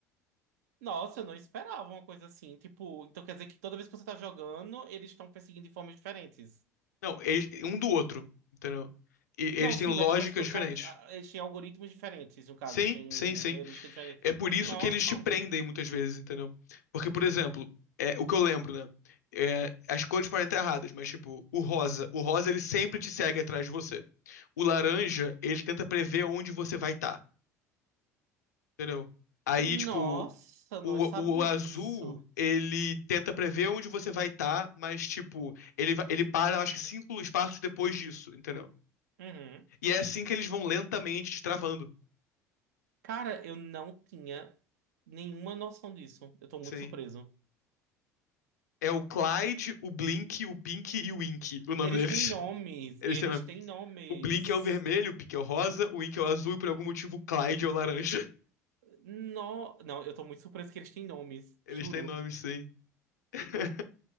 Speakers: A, on the right; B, on the left.
A: Nossa, eu não esperava uma coisa assim. Tipo, então quer dizer que toda vez que você tá jogando, eles estão perseguindo de formas diferentes.
B: Não, eles, um do outro, entendeu? E eles
A: Não, sim,
B: têm lógicas
A: mas tipo, assim,
B: diferentes.
A: cada- eles têm algoritmos diferentes, no caso,
B: Sim,
A: eles têm
B: sim, sim.
A: uma heurística diferente.
B: É por isso
A: Nossa,
B: que eles te prendem muitas vezes, entendeu? Porque, por exemplo, é, o que eu lembro, né? É, as cores podem estar erradas, mas tipo, o rosa, o rosa ele sempre te segue atrás de você. O laranja, ele tenta prever onde você vai estar, entendeu? Aí,
A: nossa,
B: tipo,
A: não
B: o,
A: sabia
B: o azul,
A: disso.
B: ele tenta prever onde você vai estar, mas tipo, ele, va- ele para, acho que cinco espaços depois disso, entendeu?
A: Uhum.
B: E é assim que eles vão lentamente te travando.
A: Cara, eu não tinha nenhuma noção disso. Eu tô muito
B: Sim.
A: surpreso.
B: É o Clyde, o Blink, o Pink e o Ink, o nome
A: Eles
B: deles.
A: têm nomes,
B: Eles
A: eles
B: têm, né,
A: têm nomes.
B: o Blink é o vermelho, o Pink é o rosa, o Ink é o azul e por algum motivo o Clyde é o laranja.
A: No... Não, eu tô muito surpreso que eles têm nomes,
B: <laughs> Eles
A: juro.
B: têm nomes, sim. <laughs>